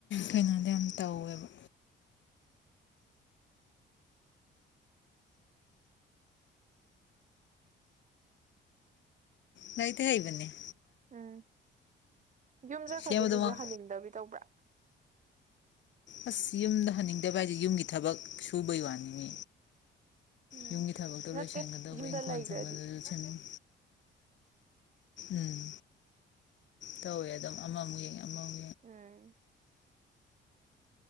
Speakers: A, on the left (about 65°); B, on the right (about 40°).
A: ꯀꯩꯅꯣꯗ ꯌꯥꯝ ꯇꯧꯋꯦꯕ ꯂꯥꯏꯔꯤꯛꯇꯤ ꯍꯩꯏꯕꯅꯤ
B: ꯎꯝ ꯌꯨꯝ ꯆꯈ꯭ꯔꯗꯤ
A: ꯁꯦꯝꯕꯗꯃꯛ
B: ꯃꯤꯁꯨ ꯍꯟꯅꯤꯡꯗꯕꯤ ꯇꯧꯕ꯭ꯔꯥ
A: ꯑꯁ ꯌꯨꯝꯗ ꯍꯟꯅꯤꯡꯗꯕ ꯍꯥꯏꯕꯥꯖꯦ ꯌꯨꯝꯒꯤ ꯊꯕꯛ ꯁꯨꯕꯩ ꯋꯥꯅꯤ
B: ꯎꯝ
A: ꯌꯨꯝꯒꯤ ꯊꯕꯛꯇꯣ
B: ꯅꯠꯇꯦ
A: ꯂꯣꯏꯁꯤꯟꯒꯗꯧꯕ
B: ꯌꯨꯝꯗ
A: ꯏꯪꯈꯣꯜ
B: ꯂꯩꯈ꯭ꯔꯗꯤ
A: ꯁꯝꯕꯗꯣ ꯁꯦꯝꯖꯟ ꯎꯝ ꯇꯧꯋꯦ ꯑꯗꯨꯝ ꯑꯃꯃꯨꯛ ꯌꯦꯡ ꯑꯃꯃꯨꯛ ꯌꯦꯡ
B: ꯑ